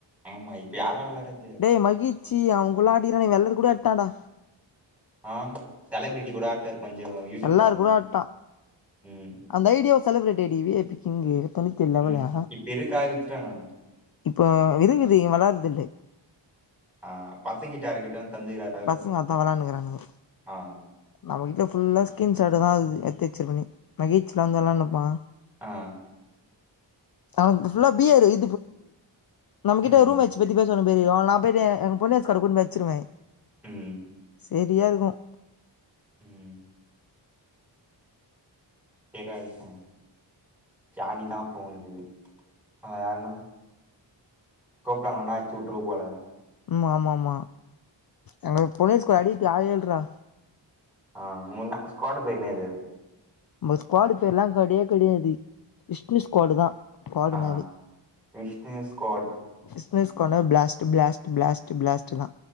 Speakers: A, in the centre; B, on the left.
A: ஆமா இப்ப யாரா வெளாறது
B: டே மகிழ்சி அவ குள்ளா அடிக்கிறாடா இவெ வெள்ளது கூட அட்டான்டா
A: ஆ செலபிரிட்டி கூட ஆட்டாரு கொஞ்ச யூடியூப்
B: எல்லாரு
A: ஃபேமஸ்
B: கூட ஆடிட்டா
A: ம்
B: அந்த ஐடியாவ செலப்ரேட் டேடிவி வி ஐ பி கிங்கு தனித்து லெவலா
A: ம் இப்ப இருக்கா வித்துட்டானா
B: இப்போ இருக்குது இவ வெளாறதில்லே
A: ஆ பசங்கிட்டா யாருக்கிட்ட தந்துகிறாரு
B: பசங்க அத்தா வெளான்னு இக்கிறானூங்கோ
A: ஆ
B: நம்மகிட்ட ஃபுல்லா ஸ்கிரீன்ஷாட் தா இருக்குது எடுத்து வைச்சிருப்பனே பீச் ல வந்து விளயாண்டுன்ருப்பா
A: ஆ
B: நமக்கு ஃபுல்லா பியர் <unintelligible> நம்ம கிட்ட
A: ம்
B: ரூம் மேட்ஸ் பத்தி பேசுவன்னு <unintelligible> நா போயிட்டு பொனேஸ்கூர் கார்டன் கூட்டு போயிட்டு வச்சிருவ
A: ம்
B: செரியா இருக்கும்
A: ம் சேர்ரா விஷ்னு ஜாலி தா அப்ப உனக்கு அத யாருனா கூப்டறாங்கன்னா அச்சு விட்ருவ போல
B: ம் ஆமா ஆமா எங்களுக்கு பொனேஸ்கூர் அடிக்கதுக்கு ஆளே இல்றா
A: ஆ உங்க தா ஸ்குவர்ட் பெரு என்னது
B: நம்ம ஸ்குவாடு பெருல்லா கெடையே கெடையாது விஷ்ணு ஸ்குவாடு தா ஸ்குவாடுனாவே
A: ஆ விஷ்ணு ஸ்குவாடு
B: விஷ்ணு ஸ்குவாடுன்னா பிளாஸ்ட் பிளாஸ்ட் பிளாஸ்ட் பிளாஸ்ட் தா